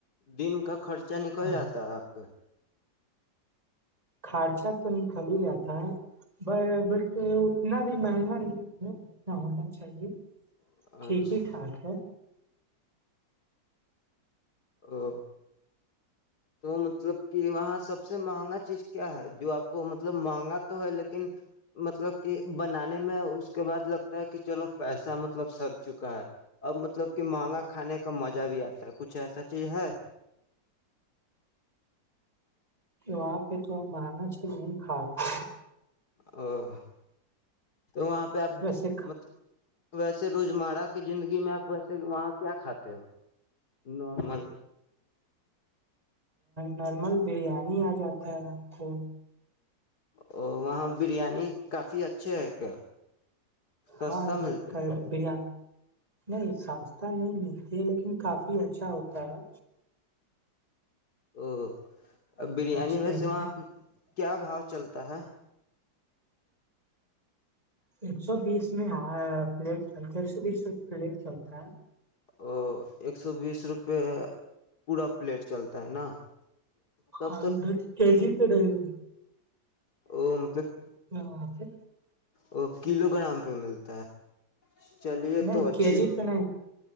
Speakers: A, on the left (about 55°); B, on the right (about 20°).
A: دن کا خرچ چ نہیں کوئی
B: ہاں۔
A: آاتتا ہے آپ کا
B: خرچہ تو نکل ہی جاتا ہے ا وہ اتنا بھی مہنگا نہیں ہے جتنا ہونا چاہیے
A: کا
B: ٹھیک
A: اچھا
B: ہی ٹھاک ہے
A: او تو مطلب کہ وہاں سب سے س سے مہنگا چیز کیا ہے جو آپ کو مطلب مہنگا تو ہے لیکن مطلب کہ بنایا ے میں اس کے بعد لگتا ہے کہ چلو پیسا مطلب سد چکا ہے اب مطلب کہ مہنگا کھانے کا کا مزہ بھی آتا ہے کچھ ایسا ہے
B: تو وہاں پہ تھوڑا مہنگا چیز نہیں کھاتا
A: اورو تو وہاں پہ آپ
B: ویسے
A: مط ویسے روز مرہ کی زندگی میں اپ ویسے وہاں کیا کھاتے ہو نارمل
B: نارمل بریانی ا جاتا ہے اپ کو
A: او وہاں بریانی کافی اچ اچھا ہے کیا سستا
B: ہاں ادھر
A: ملتا
B: کا
A: ہے
B: بریانی نہیں سستا نہیں ملتی ہے لیکن کافی اچھا ہوتا ہے
A: او ا بریانی
B: اچھے
A: میں
B: لگتے
A: سے وہاں
B: ہیں
A: آپ کیا بھاؤ چلتا ہے
B: ایک سو بیس میں پلیٹ چل ہے ایک سو بیس رو پلیٹ چلتا ہے
A: تو ایک سو بیس روپئے پورا پلیٹ چلتا ہے نا تب
B: آ دھر کے جی پہ دے گ <inaudible>
A: ا مطلب
B: وہاں پہ
A: وہ کلو کا نام ق ملتا ہے چلیے
B: نہیں
A: تو اچھی
B: کے جی پہ نہیں